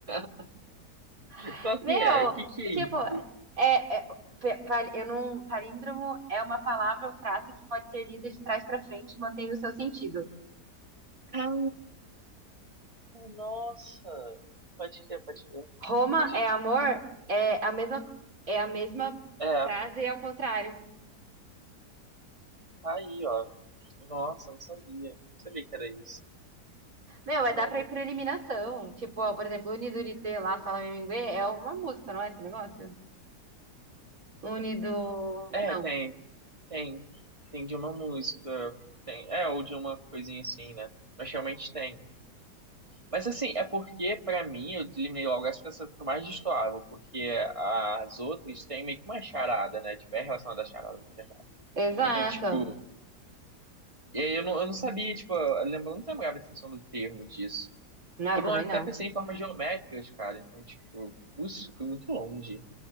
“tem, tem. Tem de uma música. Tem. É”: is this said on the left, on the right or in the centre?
Right